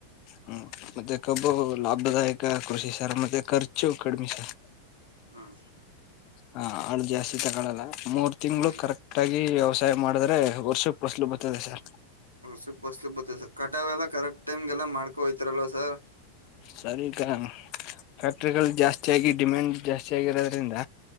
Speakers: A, on the left (about 40°); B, on the right (about 85°).
A: ಹ್ಮ ಮತ್ತೆ ಕಬ್ಬು ಲಾಭದಾಯಕ ಕೃಷಿ ಸರ್ ಮತ್ತೆ ಖರ್ಚು. ಕಡಮಿ ಸರ್.
B: ಹ್ಮ.
A: ಹಾ ಅಲ್ಲಿ ಜಾಸ್ತಿ ತಗಳಲ್ಲ. ಮೂರ್ ತಿಂಗಳು
B: ಹ್ಮ್
A: ಕರೆಕ್ಟ್ ಆಗಿ. ವ್ಯವಸಾಯ ಮಾಡಿದ್ರೆ ವರ್ಷಕ್ಕೆ ಪಸಲು ಬರ್ತದೆ ಸರ್.
B: ವರ್ಸಕ್ಕೆ ಪಸಲು ಬತದೆ ಸರ್ ಕಟಾವ ಎಲ್ಲ ಕರೆಕ್ಟ್ ಟೈಮ್ಗೆಲ್ಲ ಮಾಡ್ಕ ಕೊಯ್ತ್ ರಲ್ವ ಸರ್.
A: ಸರಿ ಈಗ ಫ್ಯಾಕ್ಟ್ರಿಗಳು ಜಾಸ್ತಿಯಾಗಿ ಡಿಮ್ಯಾಂಡ್ ಜಾಸ್ತಿಯಾಗಿರೋದ್ರಿಂದ.